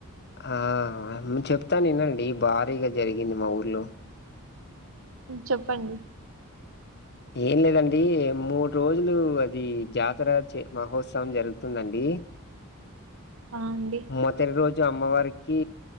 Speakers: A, on the left; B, on the right.
A: ఆ చెప్తాను వినండి భారీగా జరిగింది మా ఊర్లో
B: చెప్పండి
A: ఏం లేదండి మూడు రోజులు అది జాతర మహోత్సవం జరుగుతుందండి
B: ఆ అండి
A: మొద ర అమ్మవారికి